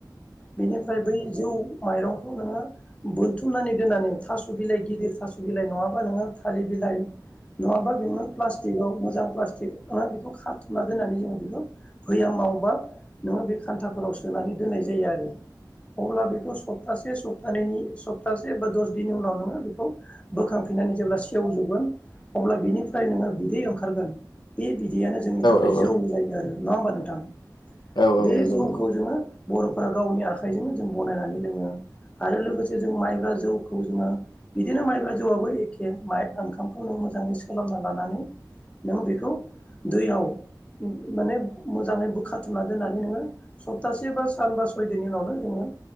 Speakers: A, on the left; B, on the left.
A: बिनिफ्राय बै जौ माइरंखौ नोङो बोनथुमनानै दोननानै थास' बिलाइ गिदिर थास' बिलाइ नङा ङा नोङो थालिर बिलाइ नङाबानो प्लास्टिकआव मोजां प्लास्टिक बेखौ खाथुमना दोन्नानै जोङो बेखौ फैया मावोबा नोङो बे खान्थाफोराव सोनानै दोननाय जायो आरो अब्ला बेखौ सप्तासे स्तानैनि सप सप्तासे बा दस दिननि उनाव नोङो बेखौ बोखांफिननानै जेब्ला सेवजोबगोन अब्ला बिनिफ्राय नोङो बिदै ओंखारगोन बे बिदैयानो जोंनि थाखाय
B: औ
A: जौ
B: औ
A: जायगा आरो नङा होमबा नोंथां
B: औ औ
A: बे
B: नंगौ
A: जौखौ
B: नंगौ
A: जोङो बर'फोरा गावनि आखाइजोंनो जों बनायनानै लोङो आरो लोगोसे जों मायब्रा जौखौ जोङो बिदिनो मायब्रा ज जौआबो एखे माइ ओंखामखौ नों मोजाङै सोलोमना लानानै नों बेखौ दैयाव माने मोजाङै बो खाथुमना दोन्नानै नोङो सप्तासे बा सान बा सय दिनि उनावनो जोङो